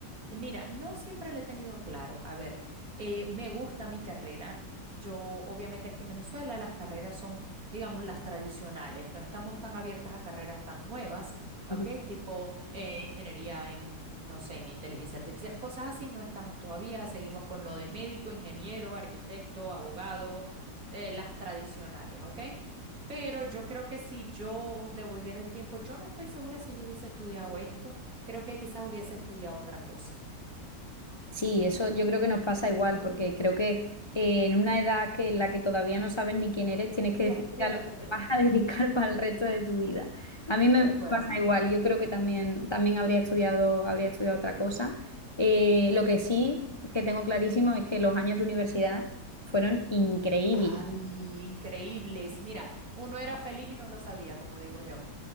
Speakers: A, on the right; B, on the left.
A: Mira, no siempre lo he tenido claro. A ver, eh, me gusta mi carrera. Yo, obviamente, aquí en Venezuela las carreras son, digamos, las tradicionales. No estamos tan abiertas a carreras tan nuevas, ¿ok?
B: Ajá.
A: Tipo eh, ingeniería en, no sé, en inteligencia artificial, cosas así. No estamos todavía. Seguimos con lo de médico, ingeniero, arquitecto, abogado, eh, las tradicionales, ¿ok? Pero yo creo que si yo devolviera el tiempo, yo no estoy segura si yo hubiese estudiado esto. Creo que quizás hubiese estudiado otra cosa.
B: Sí, eso yo creo que nos pasa igual, porque creo que eh, en una edad que en la que todavía no sabes ni quién eres, tienes que
A: De
B: decidir
A: acuerdo,
B: a lo que te vas a dedicar <laughs> para el resto de tu vida. A mí me
A: de acuerdo.
B: pasa igual, yo creo que también, también habría estudiado, habría estudiado otra cosa. Eh, lo que sí que tengo clarísimo es que los años de universidad fueron increíbles.
A: Ay, increíbles. Mira, uno era feliz y no lo sabía, como digo yo,